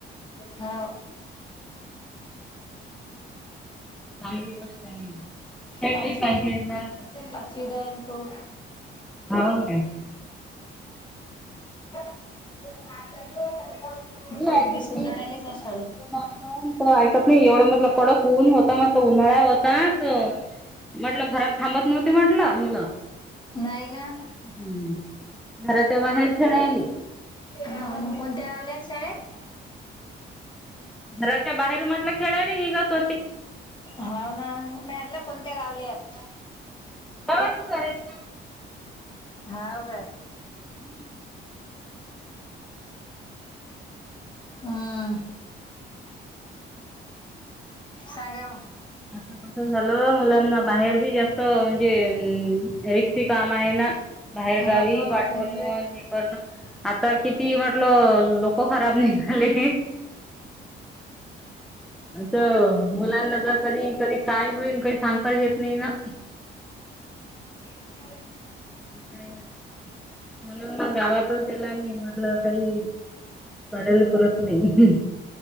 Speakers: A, on the left; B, in the centre.
A: होा
B: चांगली गोष्ट आहे खेळली
A: पाचवी
B: पाहिजे जरासं
A: पाचवी दन हो ह
B: हाव काय
A: <inaudible>
B: म
A: पोरगी
B: ऐकत
A: सोंदडायलाच
B: नाही तुही
A: आहे
B: सांगित
A: शाळेत.
B: नाण त ऐकत नाही एवढं म्हटलं कडत खऊन होता म्हटलं उन्हाळ्या होताच म्हटलं घरात थांबत नव्हती म्हटलं मुलं
A: नाही ना
B: हम्म घराच्या बाहेर खेळायला
A: ह कोणत्या रावल्यात शाळेत
B: घराच्या बाहेर म्हटलं खेळायला निघत
A: हा ना मलं कोणत्या गावल्यात
B: बावाचच आहे ना
A: हाव का
B: हम्
A: हम् सांगा म
B: आता प्रस झालं मुलांना बाहेर बी जास्त म्हणजे अम रिक्षी काम आहे ना बाहेर
A: हाव
B: गावी
A: ना
B: पाठवण
A: उनलय.
B: करण आता किती म्हटलं लोक खराब निघाले मुलांना जर कधी कधी काय होईल काही सांग अ येत नाही ना
A: ह
B: काय ना मला ना गावातच त्याला मी म्हटलं काही कडायला पुरत नाही